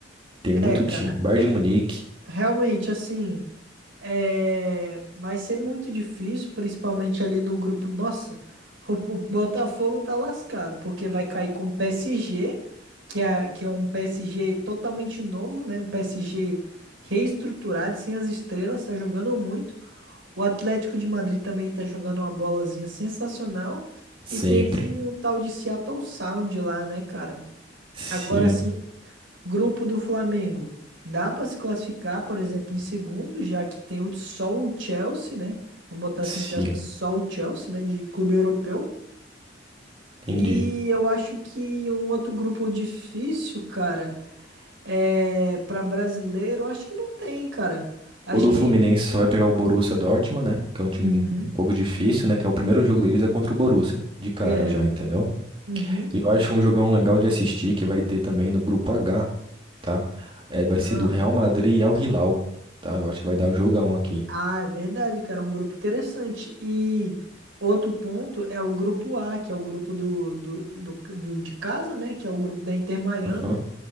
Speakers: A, on the right; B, on the right.
A: Tem muito
B: É, cara.
A: time. Bayern de Munique,
B: Realmente, assim. É, vai ser muito difícil, principalmente ali no grupo. Nossa, o, o Botafogo tá lascado, porque vai cair com o PSG, que é, que é um PSG totalmente novo, né? Um PSG reestruturado, sem as estrelas, tá jogando muito. O Atlético de Madrid também tá jogando uma bolazinha sensacional.
A: sempre.
B: E tem esse um tal de Seattle Sound lá, né, cara?
A: Sim,
B: Agora sim. Grupo do Flamengo. Dá para se classificar, por exemplo, em segundo, já que tem o- só o Chelsea, né? Vamos botar
A: sim,
B: assim, entre aspas, só o Chelsea, né? De clube europeu.
A: entendi.
B: E eu acho que um outro grupo difícil, cara, é para brasileiro, eu acho que não tem, cara. Acho
A: O do
B: que.
A: Fluminense só vai pegar o Borussia Dortmund, né? Que é um time
B: Uhum.
A: um pouco difícil, né? Que é o primeiro jogo deles é contra o Borussia, de cara
B: É.
A: já, entendeu?
B: Uhum.
A: E eu acho um jogão legal de assistir que vai ter também no grupo H, tá? É, vai
B: ah.
A: ser do Real Madrid e Al Hilal, tá? Eu acho que vai dar o jogão aqui.
B: Ah, é verdade, cara. É um grupo interessante. E outro ponto é o grupo A, que é o grupo do, do, do, do- de casa, né? Que é o grupo da Inter Miami,
A: Aham.